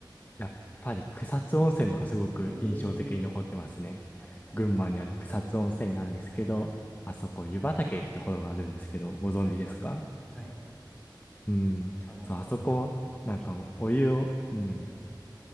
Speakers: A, on the left; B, in the centre.
A: やっぱり草津温泉のがすごく印象的に残ってますね。
B: おー。はいはいはい。
A: 群馬にある草津温泉なんですけど、
B: はいはいはい。
A: あそこ湯畑ってところがあるんですけど、ご存知ですか
B: はい。はい。
A: うん。
B: あの、
A: そう、あそこ、なんかお湯を、
B: ひ
A: うん。
B: うんうんうん